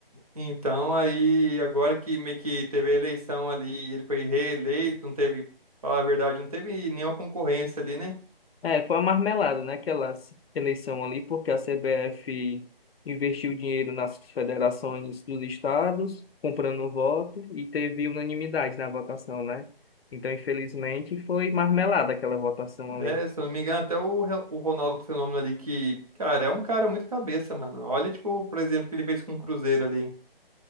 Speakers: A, on the right; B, on the left.
A: Então, aí, agora que meio que teve a eleição ali, e ele foi reeleito, não teve, falar a verdade, não teve nenhuma concorrência ali, né?
B: É, foi uma marmelada, né, aquela s- eleição ali, porque a CBF investiu dinheiro nas federações dos estados, comprando voto, e teve unanimidade na votação, né? Então, infelizmente, foi marmelada aquela votação
A: né?
B: ali.
A: Se eu não me engano, até o, Re- o Ronaldo Fenômeno ali, que, cara, é um cara muito cabeça, mano. Olha, tipo, por exemplo, o que ele fez com o Cruzeiro ali.